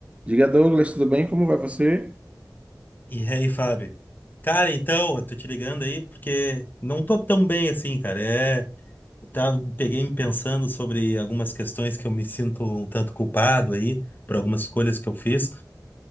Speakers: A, on the right; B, on the left.
A: Diga, Douglas, tudo bem? Como vai você?
B: E aí, Fábio? Cara, então, eu tô te ligando aí porque não tô tão bem assim, cara. É, eu tava, peguei me pensando sobre algumas questões que eu me sinto um tanto culpado aí por algumas escolhas que eu fiz.